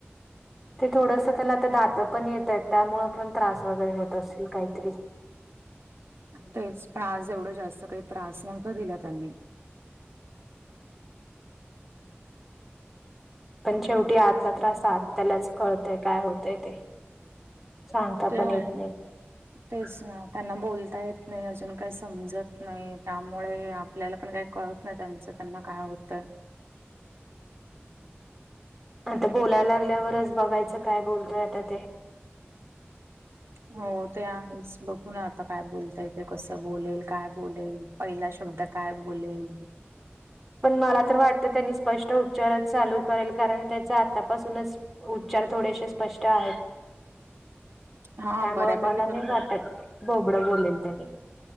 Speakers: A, in the centre; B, on the right (about 70°).
A: ते थोडंस त्याला आता दात पण येतात त्यामुळ पण त्रास वगैरे होत असेल काहीतरी.
B: तेच ते आज एवढं जास्त काही त्रास नव्हता दिला त्यांनी
A: पण शेवटी आतला त्रास आत त्यालाच कळतय काय होतय ते. सांगता
B: ते
A: पण
B: आहे.
A: येत <unintelligible>
B: तेच ना त्यांना बोलता येत नाही अजून काही समजत नाही त्यामुळे आपल्याला पण काही कळत नाही त्यांचं त्यांना काय होतंय.
A: आता बोलाय लागल्यावरच बघायचं काय बोलतोय आता ते.
B: हो ते आहेच बघू ना आता काय बोलता येतंय कसं बोलेल, काय बोलेल. पहिला शब्द काय बोलेल?
A: पण मला तर वाटतं त्यांनी स्पष्ट उच्चारच चालू करेल कारण त्याचा आतापासूनच उच्चार थोडेसे स्पष्ट आहेत.
B: हा
A: त्यामुळें
B: बऱ्यापैकी
A: मला नाही
B: तर
A: वाटत
B: तो
A: बोबड बोलेल त्यानी